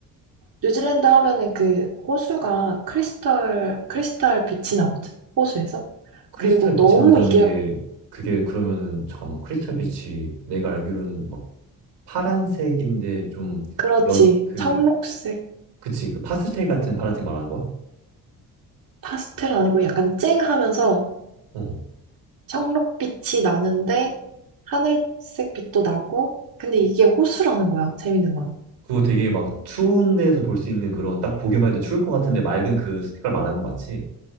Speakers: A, on the right (about 45°); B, on the right (about 80°).
A: 뉴질랜드 하면은 그 호수가 크리스탈, 크리스탈 빛이 나거든, 호수에서.
B: 크리스탈
A: 그리고
B: 빛이
A: 너무
B: 난다는
A: 이게,
B: 게, 그게 그러면은, 잠깐만, 크리스탈 빛이 내가 알기로는 막 파란색인데 좀
A: 그렇지.
B: 연, 그,
A: 청록색,
B: 그치, 그 파스텔 같은 파란색 말하는 거야?
A: 파스텔은 아니고 약간 쨍하면서
B: 어.
A: 청록빛이 나는데 하늘색 빛도 나고, 근데 이게 호수라는 거야, 재밌는 건.
B: 그거 되게 막 추운 데서 볼 수 있는 그런 딱 보기만 해도 추울 것 같은데 맑은 그 색깔 말하는 거 맞지?